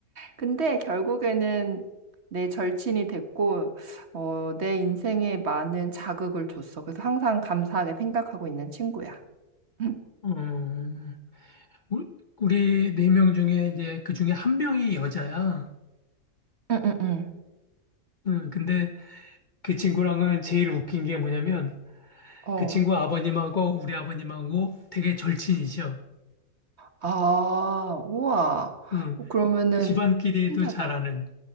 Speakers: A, on the right; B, on the left.
A: 근데 결국에는 내 절친이 됐고, 어, 내 인생에 많은 자극을 줬어. 그래서 항상 감사하게 생각하고 있는 친구야. 응,
B: 어. 우- 우리 네 명 중에 이제 그 중에 한 명이 여자야.
A: 응, 응. 응.
B: 응, 근데 그 친구랑은 제일 웃긴 게 뭐냐면
A: 어.
B: 그 친구 아버님하고 우리 아버님하고 되게 절친이셔.
A: 아, 우와.
B: 응,
A: 어, 그러면은
B: 집안끼리도
A: 신기하다.
B: 잘 아는.